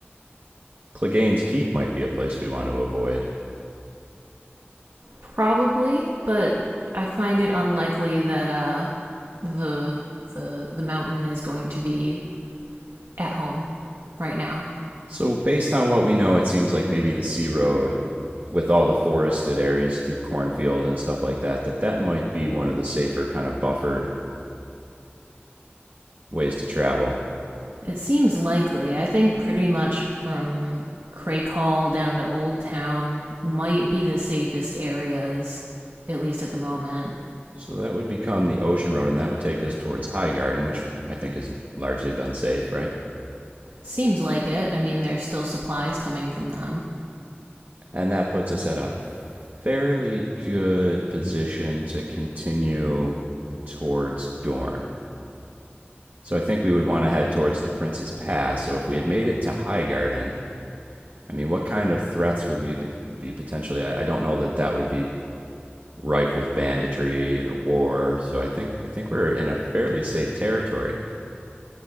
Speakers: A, on the right (about 50°); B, on the right (about 80°).
A: Clegane's Keep might be a place we want to avoid.
B: probably. But I find it unlikely that uh, the the the mountain is going to be at home right now.
A: So, based on what we know, it seems like maybe the Sea Road, with all the forested areas through cornfield and stuff like that, that that might be one of the safer kind of buffered ways to travel.
B: It seems likely. I think pretty much from Crake Hall down to Old Town might be the safest areas, at least at the moment.
A: So that would become the Ocean Road, and that would take us towards High Garden, which I think has largely been safe, right?
B: Seems like it. I mean, there's still supplies coming from them.
A: And that puts us at a fairly good position to continue towards Dorne. So I think we would want to head towards the Prince's Pass. So if we had made it to High Garden, I mean, what kind of threats would we be potentially? I, I don't know that that would be rife with banditry or war. So I think I think we're in a fairly safe territory.